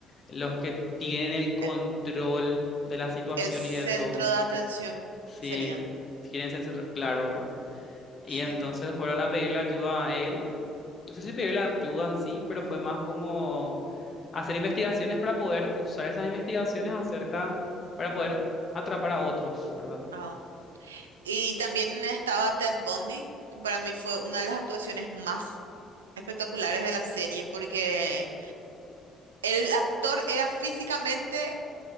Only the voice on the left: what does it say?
los que tienen el control
de la situación
y de todo.
Sí,
quieren ser, centra- claro, ¿verdad? Y
entonces fueron a pedirle ayuda a él no sé si pedir la ayuda en sí, pero fue más como hacer investigaciones para poder usar esas investigaciones acerca, para poder atrapar a otros, ¿verdad?